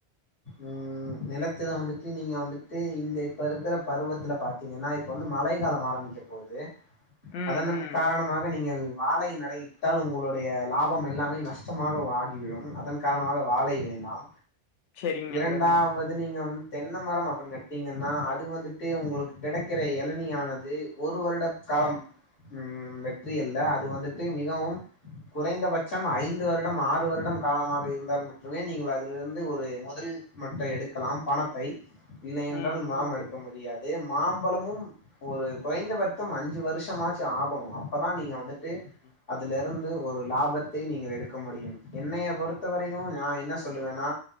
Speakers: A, on the left (about 50°); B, on the left (about 75°).
A: ம் நிலத்துல வந்துட்டு நீங்க வந்துட்டு இந்த இப்ப இருக்கிற பருவத்துல பாத் பாத்தீங்கன்னா இப்ப வந்து மழை காலம் ஆரம்பிக்க போகுது
B: ம்
A: அதனன்
B: ம்
A: காரணமாக நீங்கள் வாழை நடை விட்டால் உங்களுடைய லாபம் எல்லாமே நஷ்டமாக வாடிவிடும் அதன் காரணமாக வாழை வேண்டாம்
B: செரிங்க
A: இரண்டாவது
B: நண்பர்களே
A: நீங்க வந்து தென்ன மரம் அப்படி நட்டீங்கன்னா அது வந்துட்டு உங்களுக்கு கிடைக்கிற எளனியானது ஒரு வருட காலம் வெற்றி அல்ல அது வந்துட்டு மிகவும் குறைந்தபட்சம் ஐந்து வருடம் ஆறு வருடம் காலமாக இருந்தால் மட்டுமே நீங்கள் அதிலிருந்து ஒரு முதல் மட்டம் எடுக்கலாம் பணத்தை இல்லை என்றால்
B: ம்
A: மரம்
B: ம்
A: எடுக்க முடியாது மாம்பழமும் ஒரு குறைந்தபத்தம் அஞ்சு வருஷமாச்சு ஆபும் அப்பதான் நீங்க வந்துட்டு
B: உ
A: அதலிருந்து ஒரு லாபத்தை நீங்கள் எடுக்க முடியும் என்னைய பொறுத்தவரையும் நான் என்ன சொல்லுவேன்னா